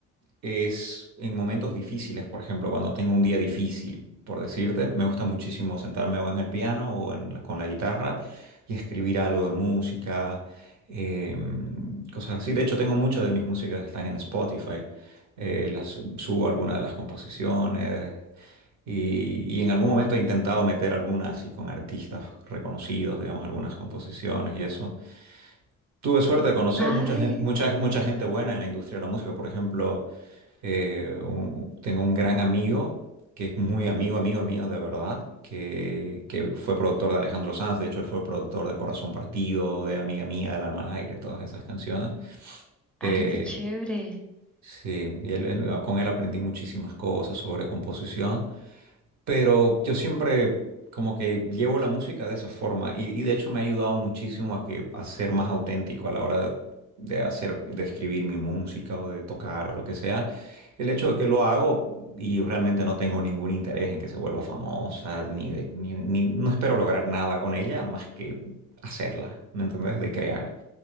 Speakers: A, on the right; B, in the centre.
A: es en momentos difíciles, por ejemplo, cuando tengo un día difícil, por decirte, me gusta muchísimo sentarme o en el piano o en la- con la guitarra y escribir algo de música, em, cosas así, de hecho tengo muchas de mis músicas que están en Spotify eh, las, subo algunas de las composiciones y, y en algún momento he intentado meter algunas así con artistas reconocidos, digamos, algunas composiciones y eso. Tuve suerte de conocer
B: Ay,
A: mucha gente, mucha, mucha gente buena en la industria de la música, por ejemplo, eh, un- tengo un gran amigo que es muy amigo, amigo mío de verdad, que, que fue productor de Alejandro Sanz, de hecho él fue productor de Corazón Partido, de Amiga Mía, del Alma al Aire, todas esas canciones. Eh,
B: ay, qué chévere.
A: Sí, y él- él- con él aprendí muchísimas cosas sobre composición, pero yo siempre como que llevo la música de esa forma y, y de hecho me ha ayudado muchísimo a que a ser más auténtico a la hora de de hacer, de escribir mi música o de tocar o lo que sea. El hecho de que lo hago y realmente no tengo ningún interés en que se vuelva famosa, ni de, ni, ni- no espero lograr nada con ella más que hacerla, ¿me entendés? De crear.